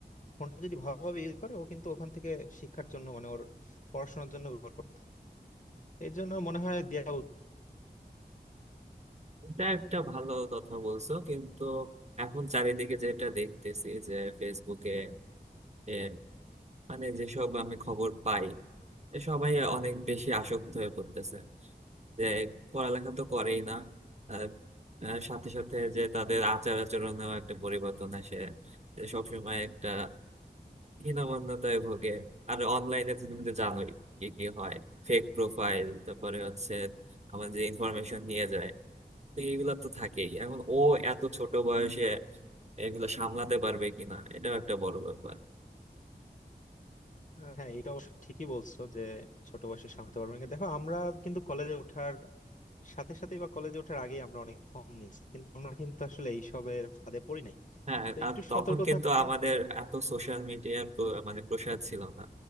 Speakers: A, on the left (about 50°); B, on the right (about 40°).
A: ফোনটা যদি ভালোভাবে ইউজ করে ও কিন্তু ওখান থেকে শিক্ষার জন্য মানে ওর পড়াশোনার জন্য ব্যবহার করতে এই জন্য মনে হয় দেওয়া উচিত।
B: এটা একটা ভালো কথা বলছো কিন্তু এখন চারিদিকে যেটা দেখতেছি যে ফেসবুকে এ, মানে যেসব আমি খবর পাই এ সবাই অনেক বেশি আসক্ত হয়ে পড়তেছে যে পড়ালেখা তো করেই না আহ, আহ, সাথে সাথে যে তাদের আচার আচরণেও একটা পরিবর্তন আসে যে সবসময় একটা হীনমন্যতায় ভোগে আর অনলাইনে তো তুমি তো জানোই কি কি হয় ফেক প্রোফাইল তারপরে হচ্ছে আমার যে ইনফরমেশন নিয়ে যায় তো এইগুলা তো থাকেই এখন ও এত ছোট বয়সে এগুলো সামলাতে পারবে কিনা এটাও একটা বড় ব্যাপার
A: হ্যাঁ এটা অবশ্য ঠিকই বলছো যে ছোট বয়সে সামলাতে পারবো না দেখো আমরা কিন্তু কলেজে ওঠার সাথে সাথে বা কলেজে ওঠার আগে আমরা অনেক ফর্ম নিয়েছি কিন্তু আমরা কিন্তু আসলে এইসবের ফাঁদে পড়ি নাই
B: হ্যাঁ
A: তো
B: আর
A: একটু
B: তখন
A: সতর্ক
B: কিন্তু
A: থাকলে
B: আমাদের এত সোশ্যাল মিডিয়ার মানে প্রসার ছিল না